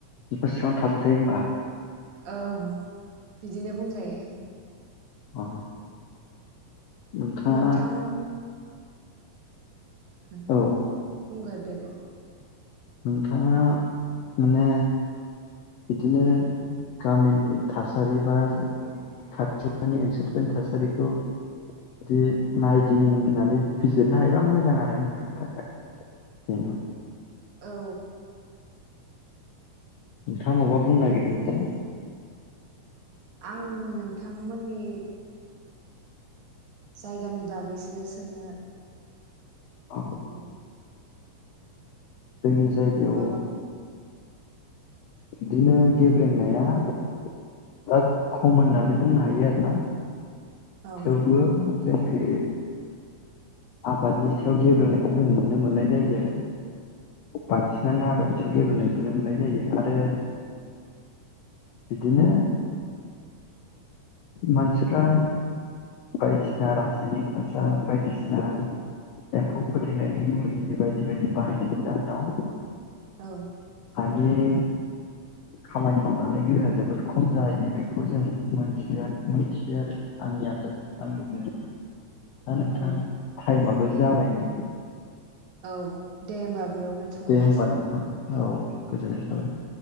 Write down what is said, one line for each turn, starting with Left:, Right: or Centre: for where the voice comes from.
Left: बिसिबां थाबथायो होमबा
Right: औ बिदिनो बुंजायो
Left: अ नोंथाङा
Right: नोंथां उम
Left: औ
Right: बुंगोरदो दे
Left: नोंथाङा माने बिदिनो गामिनि थासारि बा खाथिलानि ओनसोलफोरनि थासारिखौ जुदि नायदिंनानै बिजिरनो हायोबा मोजां आरो नोंथांनि थाखाय बेनो
Right: औ
Left: नोंथाङ मबा बुंनो नागिरदोंमोन जे?
Right: आं नोंथांमोननि जायगानि बागैसो सोंनो
Left: अ
Right: नागिरदोंमोन?
Left: जोंनि जायगायाव
Right: माबा
Left: बिदिनो गेब्लेंनाया दा खम होननानै बुंनो हायो आरोना
Right: औ
Left: थेवबो जोंखि आबादनि सायाव गेब्रोंनायखौ जों नुनो मोननाय जायो आरो बांसि
Right: औ
Left: नानो आबादनि सायाव ग्रेब्रेंनाय नुनो मोननाय जायो आरो बिदिनो मानसिफ्रा बायदिसिना रासायनिक हासार बायदिसिना एम्फौ फोथैनायनि मुलि बायदि बायदि बाहायनायनि जाहोनाव
Right: औ
Left: नि खामानि मावनानै गोहोआ जोबोद खम जायो बेखौ जोंथि मोनथियो आरो आंनि आन्दाजा आंनि दा नोंथां
Right: औ
Left: टाइमाबो जाबाय नै
Right: औ दे होमबा बेयावनो थुंगेनोसै
Left: दे होमबा नोंथां औ गोजोननाय थाबाय।
Right: औ